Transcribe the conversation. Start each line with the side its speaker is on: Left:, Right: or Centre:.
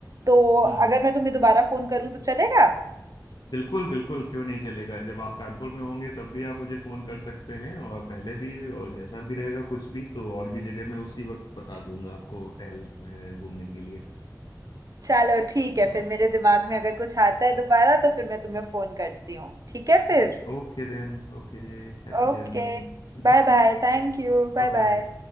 Right: तो अगर
Left: हम्म।
Right: मैं तुम्हें दोबारा फोन करूं तो चलेगा
Left: बिल्कुल बिल्कुल क्यों नहीं चलेगा जब आप कानपुर में होंगे तब भी आप मुझे फोन कर सकते हैं और पहले भी और जैसा भी रहेगा कुछ भी तो और भी जगह मैं उसी वक्त बता दूंगा आपको टहल अ, घूमने के लिए
Right: चलो ठीक है
Left: तो
Right: फिर मेरे दिमाग में अगर कुछ आता है दोबारा तो फिर मैं तुम्हें फोन करती हूँ ठीक है फिर
Left: okay then okay happy
Right: Okay
Left: journey bye
Right: Bye bye thank you Bye
Left: bye
Right: bye